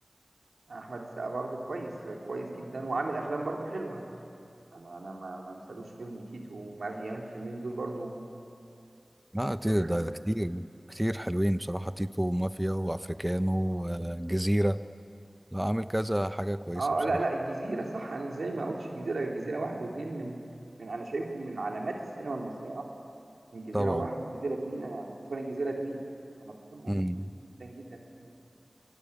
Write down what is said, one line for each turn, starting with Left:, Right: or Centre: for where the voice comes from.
Right: احمد السقا برضو كويس كويس جدا وعامل افلام برضو حلوه انا انا ما ما انسالوش فيلم تيتو ومافيا الفيلمين دول برضو
Centre: لا كتير
Right: كانوا حلوين
Centre: ده كتير كتير حلوين بصراحه تيتو ومافيا وافريكانو وجزيره لا عامل كذا حاجه كويسه
Right: اه
Centre: بصراحه
Right: لا لا الجزيره صح انا ازاي ما اقولش الجزيره الجزيره واحد واثنين من من انا شايفه من علامات السينما المصريه اصلا من جزيرة
Centre: طبعا
Right: واحد وجزيرة اتنين أنا خصوصا الجزيرة اتنين أنا بحبه
Centre: مم.
Right: جدا جدا جدا الفيلم ده